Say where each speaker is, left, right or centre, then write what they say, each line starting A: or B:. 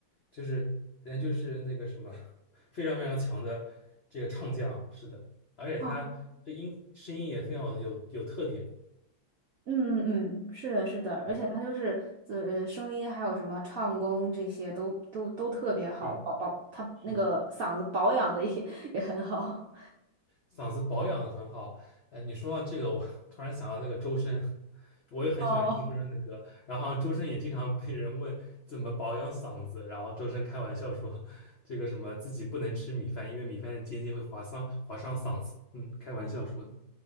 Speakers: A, on the left (about 85°); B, on the right (about 75°).
A: 就是人家就是那个什么 <laughs> 非常非常强的这个唱将，是的，而且他这音声音也非常有有特点，
B: 啊！嗯嗯嗯，是的，是的，而且他就是呃声音还有什么唱功这些都都都特别好，
A: 对对，
B: 保保他那个嗓子保养的也
A: 是的。
B: <laughs> 也很好，
A: 嗓子保养的很好。呃，你说到这个，我 <laughs> 突然想到那个周深，我也很喜欢听周深的歌。
B: <laughs> 哦
A: 然后好像周深也经常被人问怎么保养嗓子，然后周深开玩笑说，这个什么自己不能吃米饭，因为米饭的尖尖会划伤划伤嗓子。嗯，开玩笑说的。